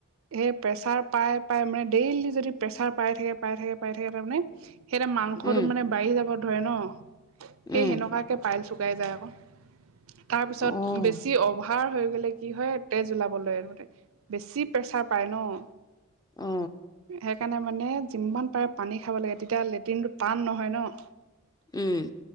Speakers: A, on the right (about 75°); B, on the left (about 15°).
A: এই প্ৰেছাৰ পাই পাই মানে ডেইলি যদি প্ৰেচাৰ পাই থাকে পাই থাকে পাই থাকে তাৰমানে সেইটা মাংসটো
B: উম
A: মানে বাঢ়ি যাব ধৰে ন৷ সেই
B: উম
A: সেনেকুৱাকে পাইলচ শুকাই যায় আকৌ তাৰপিছত
B: অহ
A: বেছি অভাৰ অভাৰ হৈ গ'লে কি হয় তেজ ওলাবলে বেছি প্ৰেছাৰ পায় ন৷
B: অ
A: সেইকাৰণে মানে যিমান পাৰে পানী খাব লাগে তেতিয়া লেট্ৰিনটো টান নহয় ন৷
B: ওম